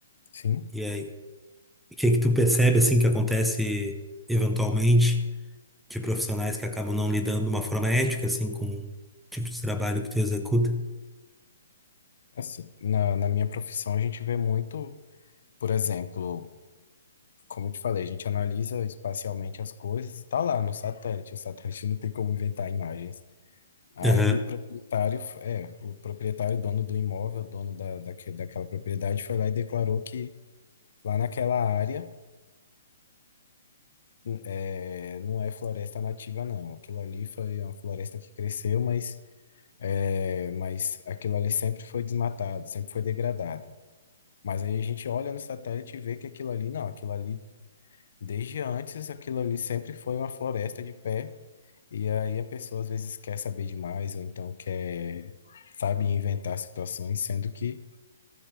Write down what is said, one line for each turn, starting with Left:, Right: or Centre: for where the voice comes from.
Left: sim.
Centre: E aí, o que é que tu percebe assim que acontece eventualmente de profissionais que acabam não lidando de uma forma ética assim com o tipo de trabalho que tu executa?
Left: Assim, na, na minha profissão a gente vê muito, por exemplo, como eu te falei, a gente analisa espacialmente as coisas e tá lá no satélite. O satélite <laughs> não tem como inventar imagens. Aí
Centre: Aham.
Left: o proprietário, é, o proprietário, dono do imóvel, dono da, daque- daquela propriedade, foi lá e declarou que lá naquela área hum, é, não é floresta nativa, não. Aquilo ali foi uma floresta que cresceu, mas É, mas aquilo ali sempre foi desmatado, sempre foi degradado. Mas aí a gente olha no satélite e vê que aquilo ali, não, aquilo ali, desde antes, aquilo ali sempre foi uma floresta de pé. E aí a pessoa às vezes quer saber demais, ou então quer, sabe, inventar situações, sendo que